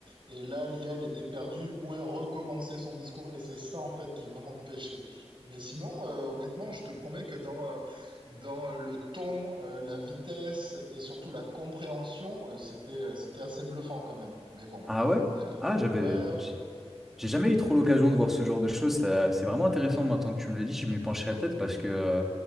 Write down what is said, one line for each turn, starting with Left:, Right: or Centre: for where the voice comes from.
Right: Et là, l'IA, elle était perdue, ou elle recommençait son discours. Et c'est ça, en fait, qui vraiment pêchait. Mais sinon, euh, honnêtement, je te promets que dans, euh, dans le ton, heu, la vitesse et surtout la compréhension, heu, c'était, heu, c'était assez bluffant quand même. Mais bon,
Centre: Ah
Right: voilà,
Centre: ouais?
Right: il y a
Centre: Ah, j'avais...
Right: ouais, ouais,
Centre: J'ai jamais eu trop l'occasion de voir ce genre de choses. ça- C'est vraiment intéressant maintenant que tu me le dis. Je m'y pencherai peut-être parce que euh,